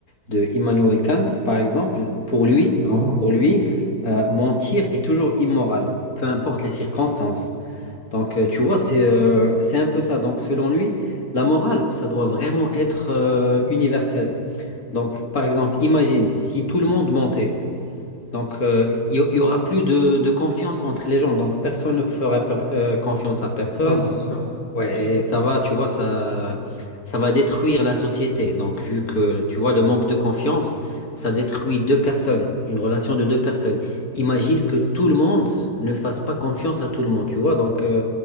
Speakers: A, on the left; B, on the left.
A: de Immanuel Kant, par exemple. Pour
B: Exactement,
A: lui, donc
B: ouais.
A: pour lui, euh, mentir est toujours immoral, peu importe les circonstances. Donc euh, tu vois, c'est euh, c'est un peu ça. Donc selon lui, la morale, ça doit vraiment être euh, universel. Donc par exemple, imagine si tout le monde mentait. Donc euh, il y, il y aura plus de, de confiance entre les gens. Donc personne ne fera per- euh, confiance à personne.
B: Non, c'est sûr,
A: Ouais,
B: c'est sûr.
A: et ça va, tu vois, ça, ça va détruire la société. Donc, vu que, tu vois, le manque de confiance, ça détruit deux personnes, une relation de deux personnes. Imagine que tout le monde ne fasse pas confiance à tout le monde, tu vois. Donc, euh,